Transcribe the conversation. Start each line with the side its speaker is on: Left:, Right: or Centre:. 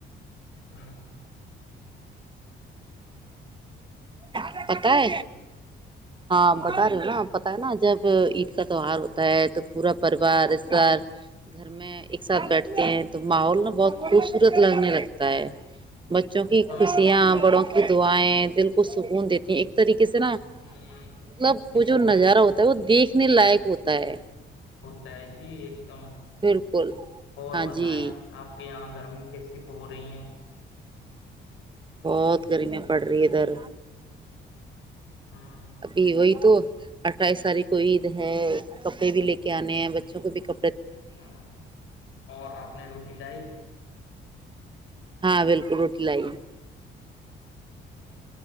Left: ہوں
Right: ہ پت ہے ہاں
Left: ہ
Right: بتا رہے ہو نا پ نا جب عید کا تیوار ہوتا ہے تو پورا پریوار رشتار گھر میں ایک ساتھ بیٹھتے ہیں تو ماحول نا بہت خوبصورت لگنے لگتا ہے بچوں کی
Left: ہاں
Right: خوشیاں
Left: ہاں
Right: بڑوں کی دعائیں دل کو سکون دیتی ہیں ایک طریقے سے نا
Left: ہ
Right: مطلب
Left: بالکل
Right: وہ جو نظارہ ہوتا ہے وہ دیکھنے لائق ہوتا ہے
Left: س جی ایک تو
Right: بالکل
Left: اور
Right: ہاں
Left: بتائیں
Right: جی
Left: آپ کے یہاں گرمی کیسی ہو رہی ہے
Right: بہت گرمیاں پڑ رہی ادھر
Left: ہاں
Right: ابھی وہی تو اٹھائی ساری کوئی عید ہے کپڑے بھی لے کے آنے ہیں بچوں کو بھی ک
Left: ہاں اور آپ نے روٹی لائی
Right: ہاں بالکل روٹی لائی
Left: ہ